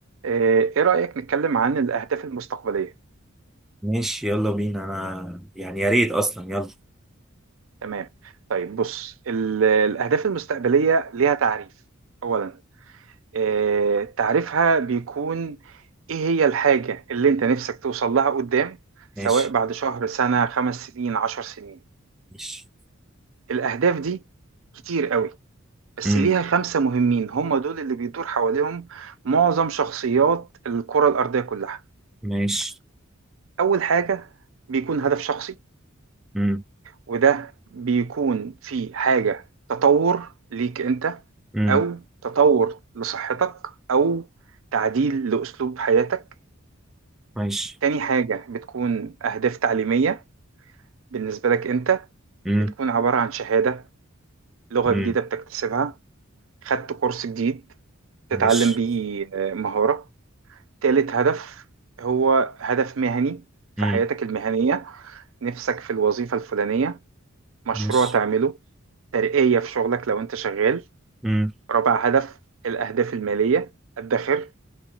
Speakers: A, on the right; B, in the centre.
A: آه، ايه رأيك نتكلم عن الأهداف المستقبلية
B: ماشي يلا بينا انا يعني يا ريت اصلا يلا
A: تمام طيب بص ال- الأهداف المستقبلية ليها تعريف أولا إيه تعريفها بيكون ايه هي الحاجة اللي انت نفسك توصل لها قدام سواء
B: ماشي
A: بعد شهر سنة خمس سنين عشر سنين
B: ماشي
A: الأهداف دي كتير قوي بس
B: امم
A: ليها خمسة مهمين هم دول اللي بيدور حواليهم معظم شخصيات الكرة الأرضية كلها
B: ماشي
A: أول حاجة بيكون هدف شخصي
B: امم
A: وده بيكون في حاجة تطور ليك انت
B: امم
A: او تطور لصحتك او تعديل لأسلوب حياتك
B: ماشي
A: تاني حاجة بتكون أهداف تعليمية بالنسبة لك انت
B: امم
A: بتكون عبارة عن شهادة لغة
B: امم
A: جديدة بتكتسبها خدت كورس جديد تتعلم
B: ماشي
A: بيه آه، مهارة تالت هدف هو هدف مهني في
B: امم
A: حياتك المهنية نفسك في الوظيفة الفلانية مشروع
B: ماشي
A: تعمله ترقية في شغلك لو انت شغال
B: امم
A: رابع هدف الأهداف المالية أدخر